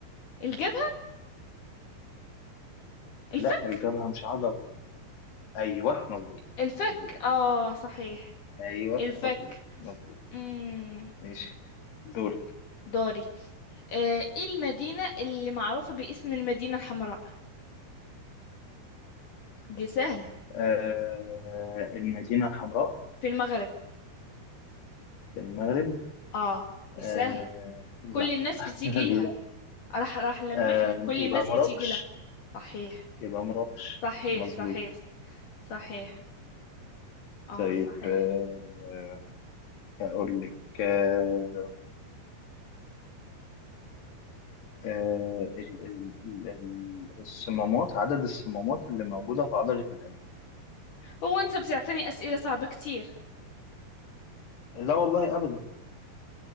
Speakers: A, on the left; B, on the left.
A: الجبهة الفك
B: لا الجبهة مش عضلة أيوه مظبوط
A: الفك
B: مظبوط
A: اه صحيح
B: أيوه
A: الفك
B: مظبوط مظبوط
A: مم.
B: ماشي دورك
A: دوري آه، ايه المدينة اللي معروفة باسم المدينة الحمراء دي سهلة
B: آه المدينة الحمراء
A: في المغرب
B: في المغرب
A: اه دي
B: آه
A: سهلة
B: لا
A: كل الناس بتيجي
B: <laughs>
A: لها
B: لا
A: راح راح لمح
B: آه
A: لك كل
B: يبقى
A: الناس
B: مراكش
A: بتيجي لها صحيح
B: يبقى مراكش
A: صحيح
B: مظبوط
A: صحيح صحيح اه
B: طيب
A: صحيح
B: آه هقول لك آه، آه، ال- ال- ال- ال- الصمامات عدد الصمامات اللي موجودة في عضلة القلب
A: هو انت بتعطيني اسئله صعبه كتير
B: لا والله أبدا